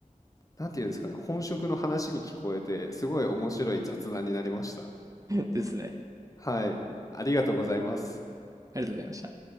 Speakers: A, on the left; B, on the right.
A: なんていうんですかね、本職の話に聞こえて、すごい面白い雑談になりました。
B: <laughs> ですね。
A: はい、ありがとうございます。
B: ありがとうございました。